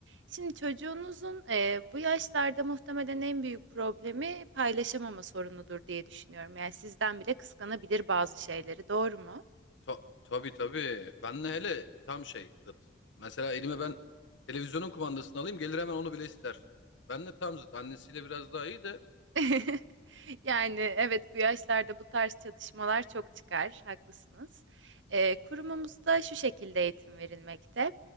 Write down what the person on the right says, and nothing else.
Şimdi çocuğunuzun e, bu yaşlarda muhtemelen en büyük problemi paylaşamama sorunudur diye düşünüyorum. Yani sizden bile kıskanabilir bazı şeyleri, doğru mu?
<laughs> Yani evet bu yaşlarda bu tarz çatışmalar çok çıkar, haklısınız. Ee, kurumumuzda şu şekilde eğitim verilmekte.